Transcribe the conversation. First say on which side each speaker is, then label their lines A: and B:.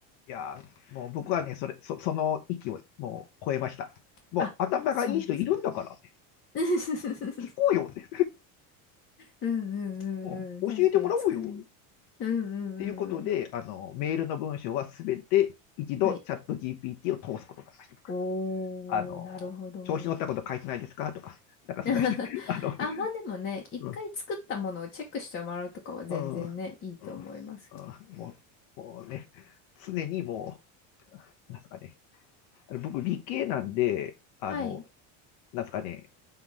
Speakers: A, on the left; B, on the left.
A: う、いやもう僕はね、それ、そ、その域をもう超えました。もう頭がいい人いるんだから、
B: あ、そうなんです。
A: ね
B: <laughs>
A: 聞こうよって。
B: うんうんう
A: ね教えてもらおうよ。
B: んうん。確かに使え。うんうん
A: っていうことで、
B: うんうん。
A: あの、メールの文章はすべて一度チャット
B: はい。
A: GPT を通すことになりました、僕。
B: おー、
A: あの、
B: なるほど。
A: 調子乗ったこと書いてないですかとか、なんかそんな人、
B: <laughs>
A: <laughs> あの、
B: あ、まあでもね、一回作ったものをチェックしてもらうとかは全然ね、
A: うん、うん、うん、
B: いいと思いますけど。
A: うん、もう、もうね、常にもう、なんすかね、あの僕理系なんで、あの、
B: はい。
A: なんすかね、